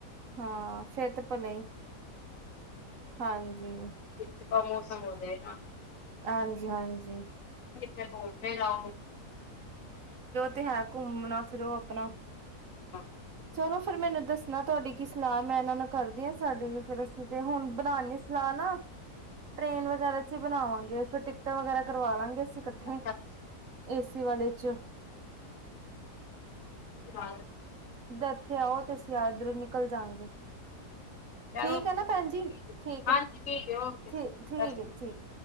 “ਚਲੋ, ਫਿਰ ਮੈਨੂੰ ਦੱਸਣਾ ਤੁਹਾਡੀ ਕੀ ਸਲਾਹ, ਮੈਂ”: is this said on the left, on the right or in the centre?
Right